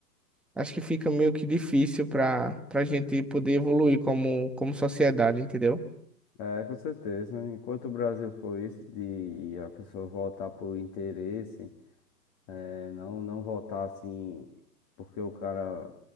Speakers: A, in the centre; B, on the left (about 25°).
A: acho que fica meio que difícil para para gente poder evoluir como, como sociedade, entendeu?
B: É, com certeza. Enquanto o Brasil for isso, de a pessoa voltar por interesse, é, não, não voltar assim, porque o cara